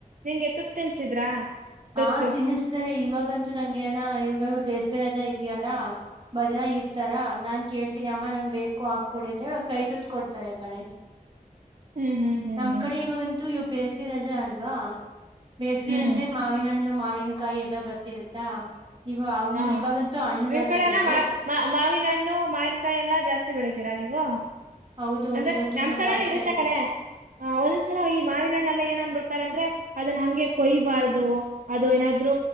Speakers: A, on the right (about 65°); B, on the right (about 35°).
A: ನಿಂಗೆ ತುತ್ತ ತಿನ್ಸಿದ್ರಾ ತುತ್ತು
B: ಹಾ ತಿನ್ನಿಸ್ತಾರೆ ಇವಾಗಂತೂ ನಂಗೆೇಏನ ಇವಾಗ ಬೇಸಿಗೆ ರಜಾ ಇದ್ಯಲ್ಲಾ ಮಧ್ಯಾನ ಇರ್ತಾರಾ ನಾನ್ ಕೇಳ್ತೀನಿ ಅಮ್ಮ ನಂಗ್ ಬೇಕು ಹಾಕೊಡಿ ಅಂತ ಹೇಳ ಕೈ ತುತ್ ಕೊಡ್ತಾರ ಈ ಕಣೆ
A: ಹ್ಮ್ ಹ್ಮ್ ಹ್ಮ್
B: ನಮ್
A: ಹ್ಮ್
B: ಕಡೆ ಇವಾಗಂತೂ ಯ ಬೇಜಗೆ ರಜೆ ಅಲ್ವಾ ಬೇಸಿಗೆ
A: ಹ್ಮ್
B: ಅಂದ್ರೆ ಮಾವಿನಣ್ಣು ಮಾ ಅವವಿನಕಾಯಿ ಎಲ್ಲ ಬರ್ತಿರತ್ತಾ ಇವ
A: ಹಾ
B: ಇವಾಗಂತೂ ಹಣ್ಣು
A: ನಿಮ್
B: ಬರ್ತಿದೆ
A: ಕಡೆ ಎಲ್ಲ
B: ಬಿಡು
A: ಮಾವಿನ ಹಣ್ಣು ಮಾವಿನಕಾಯಿ ಎಲ್ಲಾ ಜಾಸ್ತಿ ಬೆಳಿತೀರಾ ನೀವು್ ವ
B: ಹೌದೌದು
A: ಅಂದ್ರೆ
B: ಇವಾಗ ತುಂಬಾ
A: ನಮ್ ಕಡೆ
B: ಜಾಸ್ತಿ
A: ಇರುತ್ತೆ
B: ಆಗಿದೆ
A: ಕಣೆ ಒಂದೊಂದ್ಸಲ ಈ ಮಾವಿನ ಹಣ್ಣ ಎಲ್ಲಾ ಎನ್ ಅಂದು ಅಂದ್ರೆ ಅದನ್ನ ಹಂಗೆ ಕೊಯ್ಬಾರ್ದು ಅದು ಏನಾದ್ರು